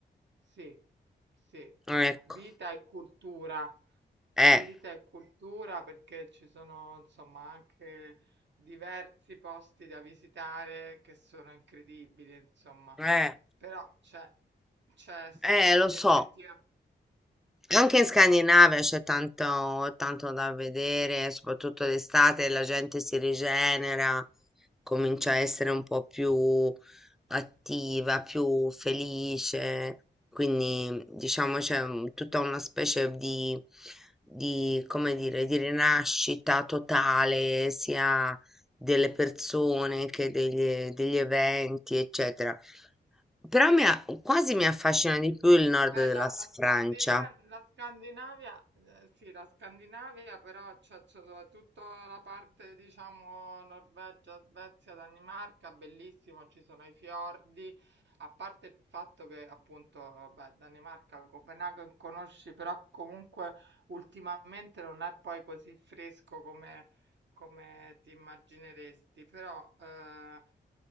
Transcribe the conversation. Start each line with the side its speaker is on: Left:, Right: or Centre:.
Right: sì, sì,
Centre: ecco.
Right: vita e cultura,
Centre: Eh,
Right: vita e cultura perché ci sono insomma anche diversi posti da visitare che sono incredibili insomma,
Centre: eh,
Right: però c'è c'è s
Centre: eh, lo
Right: effettiva
Centre: so. Anche in Scandinavia c'è tanto, tanto da vedere, soprattutto d'estate la gente si rigenera, comincia a essere un po' più attiva, più felice, quindi diciamo c'è un- tutta una specie di, di, come dire, di rinascita totale, sia delle persone che degli, degli eventi, eccetera. Però mi a- quasi mi affascina di più il nord
Right: Beh,
Centre: della
Right: la,
Centre: s-
Right: la
Centre: Francia.
Right: Scandiva- la Scandinavia, eh, sì, la Scandinavia, però c'è soprattutto la parte, diciamo, Norvegia, Svezia, Danimarca, bellissimo, ci sono i fiordi, a parte il fatto che appunto, vabbè, Danimarca, Copenaghen conosci, però comunque ultimamente non è poi così fresco come, come ti immagineresti, però... eh,